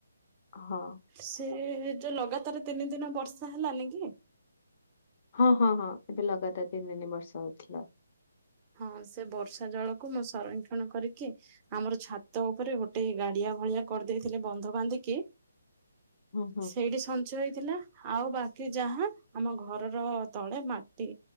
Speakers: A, on the left; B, on the right.
A: ହଁ।
B: ସେ ଯୋଉ ଲଗାତାର ତିନି ଦିନ ବର୍ଷା ହେଲାନି କି।
A: ହଁ ହଁ ହଁ। ଏବେୁ ଲଗାତାର ତିନି ତିନି ବର୍ଷା ହଉଥିଲା।
B: ହଁ ସେ ବର୍ଷା ଜଳକୁ ମୁଁ ସଂରକ୍ଷଣ କରିକି ଆମର ଛାତ ଉପରେ ଗୋଟେ ଗାଡିଆ ଭଳିଆ କରିଦେଇଥିଲେ ବନ୍ଧ ବାନ୍ଧିକି।
A: ହୁଁ ହୁଁ
B: ସେଇଠି ସ ନ୍ଚି ହେଇଥିଲା ଆଉ ବାକି ଯାହା ଆମ ଘରର ତଳେ ମାଟି